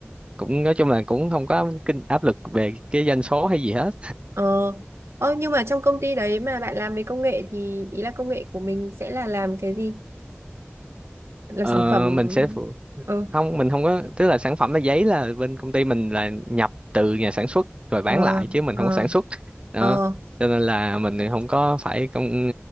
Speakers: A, on the right; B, on the right.
A: cũng nói chung là cũng không có kinh áp lực về cái doanh số hay gì hết
B: ờ, ờ, nhưng mà trong công ty đấy mà bạn làm về công nghệ thì ý là công nghệ của mình sẽ là làm cái gì? Làm
A: ờ,
B: sản phẩm,
A: mình sẽ phụ-
B: ừ,
A: không mình không có tức là sản phẩm là giấy là bên công ty mình là nhập từ nhà sản xuất rồi bán
B: ờ,
A: lại chứ mình
B: ờ,
A: không có sản xuất đó
B: ờ,
A: cho nên là mình thì không có phải công